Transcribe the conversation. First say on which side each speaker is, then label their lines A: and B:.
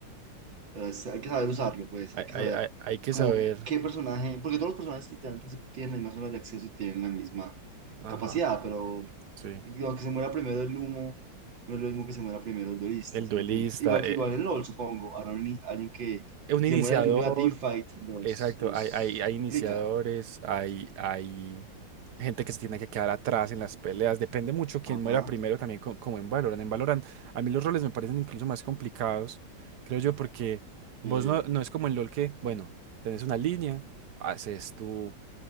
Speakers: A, on the right; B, on the right.
A: pero es- hay que saber usarlo, pues
B: hay,
A: hay que
B: hay-
A: saber
B: hay- hay que
A: como
B: saber
A: qué personaje, porque todos los personajes literalmente se- tienen las mismas horas de acceso y tienen la misma
B: Ajá,
A: capacidad, pero
B: sí.
A: lo que se muera primero el humo, no es lo mismo que se muera primero el duelista,
B: el
A: ¿sí
B: duelista,
A: me entiendes? Igual
B: eh,
A: que igual en LOL, supongo. Ahora un ni- alguien que
B: eh, un
A: si
B: iniciador,
A: se muere el inicio de la teamfight, los,
B: exacto,
A: los
B: hay, hay, hay iniciadores,
A: complica.
B: hay, hay gente que se tiene que quedar atrás en las peleas, depende mucho quién
A: Ajá.
B: muera primero también co- como en Valorant. En Valorant a mí los roles me parecen incluso más complicados, creo yo, porque vos
A: eh,
B: no, no es como en LoL que, bueno, tenés una línea, haces tu